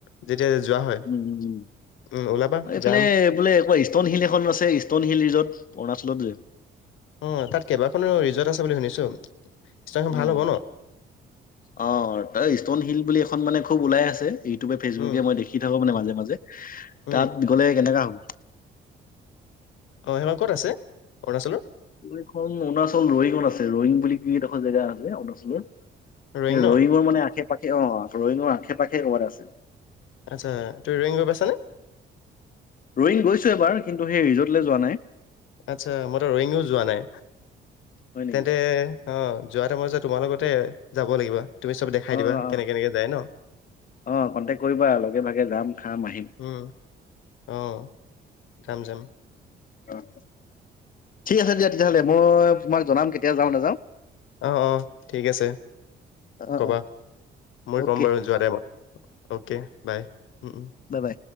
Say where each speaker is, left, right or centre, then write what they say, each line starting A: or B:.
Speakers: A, on the left; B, on the left.
A: যেতিয়া যোৱা হয়।
B: উম
A: উম, ওলাবা
B: এইফালে
A: যাম।
B: বোলে কোৱা ইষ্টণ হিল এখন আছে ইষ্টণ হিল ত পনাচ লোত যে
A: অ তাত কেইবাখনো ৰিজৰ্ট আছে বুলি শুনিছো স্থানখন
B: উম
A: ভাল হ'ব ন?
B: অ তাৰ ষ্টন হিল বুলি এখন মানে খুব ওলাই আছে। ইউটিউবে, ফেচবুকে
A: উম,
B: মই দেখি থাকো মানে মাজে মাজে,
A: উম।
B: তাত গলে কেনেকা হ'ব।
A: অ', <unintelligible> ক'ত আছে? অৰুণাচলৰ?
B: এইখন অৰুণাচল ৰয়িঙত আছে, ৰয়িঙ বুলি এডোখৰ জেগা আছে অৰুণাচলৰ সেই
A: ৰয়িং ন?
B: ৰয়িঙৰ মানে আশে পা অ', ৰয়িঙৰ আশে পাশে ক'ৰবাত আছে।
A: আতচ্ছা তুমি ৰয়িঙ গৈ পাইছানে?
B: ৰয়িং গৈছো এবাৰ কিন্তু সেই ৰিজৰ্টলে যোৱা নাই।
A: আতচ্ছা মইতো ৰয়িংও যোৱা নাই,
B: হয় নেকি
A: তেন্তে অ', যোৱা <unintelligible> তোমাৰ লগতে যাব লাগিবা? তুমি চব দেখাই
B: অ
A: দিবা
B: অ
A: কেনেক, কেনেকে যায় ন?
B: অ কন্টেক্ট কৰিবা লগে ভাগে যাম খাম আহিম
A: উম, অহ, যাম, যাম।
B: অ', ঠিক আছে দিয়া তেতিয়াহ'লে মই তোমাক জনাম কেতিয়া যাওঁ, নাযাওঁ।
A: অ', অ', ঠিক আছে
B: অ
A: ক'বা,
B: অ
A: মই
B: অ'কে
A: ক'ম বাৰু যোৱা টাইমত অকে বাই, উম, উম।
B: Bye bye